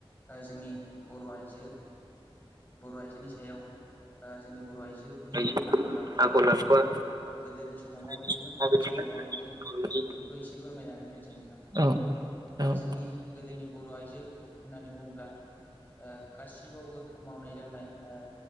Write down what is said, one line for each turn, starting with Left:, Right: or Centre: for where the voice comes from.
Left: जोंनि बर' आइजो बर' आइजोनि सायाव जोंनि बर' आइजोफोरनि
Right: आइजोफोरनि
Left: आखल आखुआ
Right: आखल आखुआ
Left: गोदोनि समाव माबायदिमोन
Right: गोदोनि
Left: दानि
Right: माबायदिमोन
Left: समाव माबायदि
Right: माबायदि
Left: बेखौ एसे फोरमायनानै होनोसैां
Right: औ
Left: ओ
Right: औ
Left: जोंनि गोदोनि बर' आइजो होननानै बुङोब्ला ओ गासिबावबो मावनाय दांनाय ओ